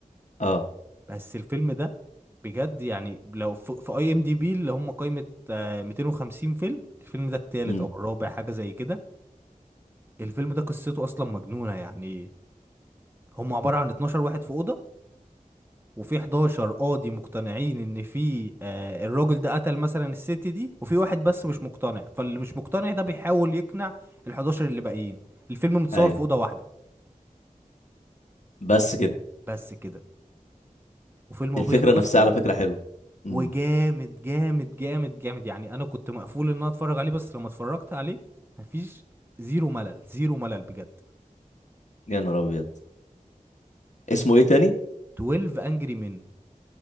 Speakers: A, on the left; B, on the right.
A: اه
B: بس الفيلم ده بجد يعني لو في اي ام دي بي اللي هم قائمه آه، 250 فيلم الفيلم ده التالت
A: امم
B: او الرابع حاجه زي كده الفيلم ده قصته اصلا مجنونه يعني هم عباره عن 12 واحد في اوضه وفي 11 قاضي مقتنعين ان في آه الراجل ده قتل مثلا الست دي وفي واحد بس مش مقتنع فاللي مش مقتنع ده بيحاول يقنع ال 11 اللي باقيين الفيلم متصور
A: أيوه
B: في اوضه واحده
A: بس كده
B: بس كده وفيلم ابيض
A: الفكرة نفسها
B: واسود
A: على فكرة حلوة امم
B: وجامد جامد جامد جامد يعني انا كنت مقفول ان انا اتفرج عليه بس لما اتفرجت عليه مفيش زيرو ملل زيرو ملل بجد
A: يا نهار أبيض اسمه إيه تاني؟
B: 12 انجري من